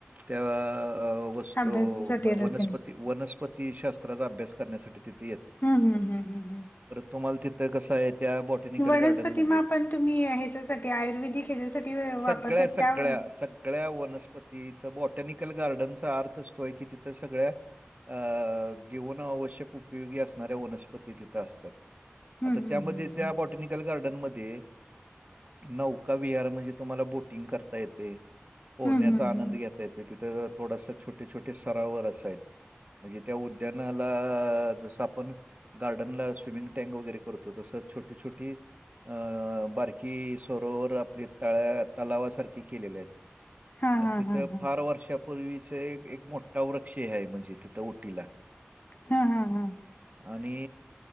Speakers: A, on the right (about 40°); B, on the left (about 45°).
A: त्या अ वस्तु
B: अभ्यासासाठी
A: म
B: येत
A: वनस्पती
B: असेल
A: वनस्पती शास्त्राचा अभ्यास करण्यासाठी ति
B: हा हम्म हम्म हम्म हम्म.
A: तुम्हाला तिथं कसं आहे त्या बॉटॅनिकल
B: वनस्पती
A: गार्डनमध्ये
B: मा पण तुम्ही हे ह्याच्यासाठी आयुर्वेदिक ह्याच्या साठी
A: सगळ्या,
B: वापरतात
A: सगळ्या,
B: त्याव
A: सगळ्या वनस्पतीचा बॉटॅनिकल गार्डनचा अर्थ असतोय की तिथं सगळ्या अ जीवन आवश्यक उपयोगी अस असणारे वनस्पती तिथं असतात
B: हं,
A: आता त्यामध्ये
B: हं,
A: त्या
B: हं.
A: बॉ टनिकल गार्डनमध्ये नौका विहार म्हणजे तुम्हाला बोटिंग करता येते. पोहण्याचा
B: हं, हं,
A: आनंद
B: हं.
A: घेताय तिथं थोडासा छोटे-छोटे सरावर असायत. म्हणजे त्या उद्यानाला जसं आपण गार्डनला स्विमिंग टँक वगैरे करतो तसच छोटी छो टी अ बारकी सरोवर आपली तळावा तलावासारखे केलेले आहेत. <inaudible>
B: हां,
A: आणि
B: हां,
A: तिथं
B: हां, हां.
A: फार वर्षापूर्वीचे एक एक मोठा वृक्ष आहे म्हणजे तिथं ओटीला.
B: हा हा हा.
A: आणि